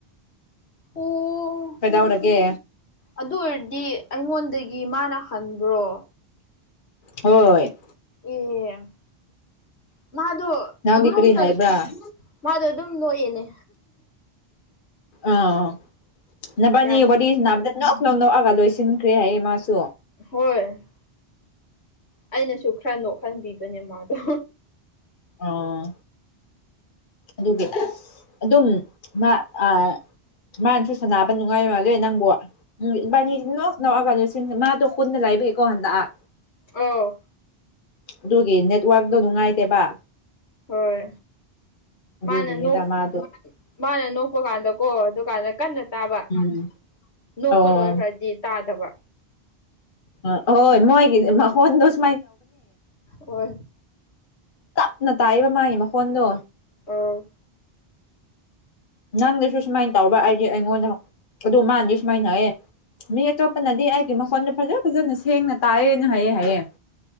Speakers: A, on the left (about 85°); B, on the left (about 50°).
A: ꯑꯣ ꯑꯣ
B: ꯀꯩꯗꯧꯔꯒꯦ
A: ꯑꯗꯨ ꯑꯣꯏꯔꯗꯤ ꯑꯩꯉꯣꯟꯗꯒꯤ ꯃꯥꯅ ꯍꯟꯕ꯭ꯔꯣ
B: ꯍꯣꯏ
A: ꯑꯦ ꯃꯥꯗꯣ
B: ꯅꯪꯗꯤ
A: ꯄꯪꯅꯣꯛꯇ
B: ꯀꯔꯤ ꯍꯥꯏꯕ꯭ꯔꯥ
A: ꯃꯥ ꯃꯗꯣ ꯑꯗꯨꯝ ꯅꯣꯛꯑꯦꯅꯦ
B: ꯑꯣ ꯅꯕꯅꯤ
A: ꯌꯥꯝ
B: ꯋꯥꯔꯤ ꯁꯅꯥꯕꯗ ꯅꯣꯛ ꯅꯧ ꯅꯣꯛꯑꯒ ꯂꯣꯏꯁꯤꯟꯈ꯭ꯔꯦ ꯍꯥꯏꯌꯦ ꯃꯥꯁꯨ
A: ꯍꯣꯏ ꯑꯩꯅꯁꯨ ꯈꯔ ꯅꯣꯛꯍꯟꯕꯤꯕꯅꯦ ꯃꯥꯗꯣ
B: ꯑꯣ ꯑꯗꯨꯒꯤ ꯑꯗꯨꯝ ꯃꯥ ꯑꯥ ꯃꯥꯅꯁꯨ ꯁꯥꯟꯅꯕ ꯅꯨꯡꯉꯥꯏ ꯃꯥꯜꯂꯦ ꯅꯪꯕꯨ ꯎꯝ ꯏꯕꯥꯅꯤ ꯅꯣꯛ ꯅꯣꯛꯑꯒꯗ ꯃꯥꯗꯣ ꯀꯨꯟꯅ ꯂꯥꯏꯕꯒꯤꯀꯣ ꯍꯟꯗꯛ
A: ꯑꯣ
B: ꯑꯗꯨꯒꯤ ꯅꯦꯠꯋꯔꯛꯇꯨ ꯅꯨꯡꯉꯥꯏꯇꯦꯕ
A: ꯍꯣꯏ
B: ꯑꯗꯨꯒꯤꯅꯤꯗ
A: ꯃꯥꯅ ꯅꯣꯛ
B: ꯃꯥꯗꯣ
A: ꯃꯥꯅ ꯅꯣꯛꯄ ꯀꯥꯟꯗꯀꯣ ꯑꯗꯨꯀꯥꯟꯗ ꯀꯟꯅ ꯇꯥꯕ
B: ꯎꯝ
A: ꯅꯣꯛꯄ
B: ꯑꯣ
A: ꯂꯣꯏꯈ꯭ꯔꯗꯤ ꯇꯥꯗꯕ
B: ꯑꯥ ꯍꯣꯏ ꯃꯣꯏꯒꯤ ꯃꯈꯣꯟꯗꯣ ꯁꯨ
A: ꯑꯣ
B: ꯇꯞꯅ ꯇꯥꯏꯕ ꯃꯥꯒꯤ ꯃꯈꯣꯟꯗꯣ
A: ꯑꯣ
B: ꯅꯪꯗꯁꯨ ꯁꯨꯃꯥꯏꯅ ꯇꯧꯕ ꯍꯥꯏꯗꯤ ꯑꯩꯉꯣꯟꯗ ꯑꯗꯨ ꯃꯥꯅꯗꯤ ꯁꯨꯃꯥꯏꯅ ꯍꯥꯏꯑꯦ ꯃꯤ ꯑꯇꯣꯞꯄꯅꯗꯤ ꯑꯩꯒꯤ ꯃꯈꯣꯟꯗꯣ ꯐꯖ ꯐꯖꯅ ꯁꯦꯡꯅ ꯇꯥꯏꯑꯦꯅ ꯍꯥꯏꯌꯦ ꯍꯥꯏꯌꯦ